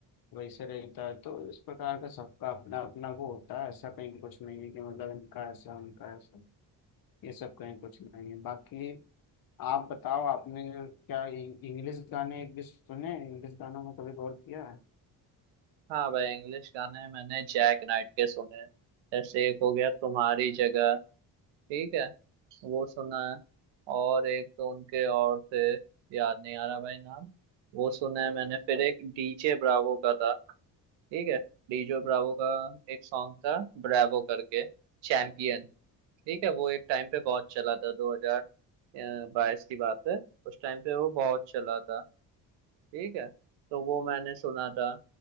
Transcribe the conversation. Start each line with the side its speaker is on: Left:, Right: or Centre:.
Left: वैसे रहता है तो इस प्रकार का सबका अपना अपना वो होता है ऐसा कहीं कुछ नहीं है कि मतलब इनका ऐसा उनका ऐसा ये सब कहीं कुछ नहीं है बाकी आप बताओ आपने क्या इं- इंग्लिश गाने एक भी सुने इंग्लिश गानों में कभी गौर किया है
Right: हाँ भाई इंग्लिश गाने मैंने जैक नाइट के सुने हैं। जैसे एक हो गया तुम्हारी जगह ठीक है वो सुना है और एक तो उनके और थे याद नहीं आ रहा भाई नाम वो सुना है मैंने फिर एक डीजे ब्रावो का था ठीक है डीजे ब्रावो का एक सॉन्ग था ब्रावो करके चैंपियन ठीक है वो एक टाइम पे बहुत चला था 2022 की बात है उस टाइम पे वो बहुत चला था ठीक है तो वो मैंने सुना था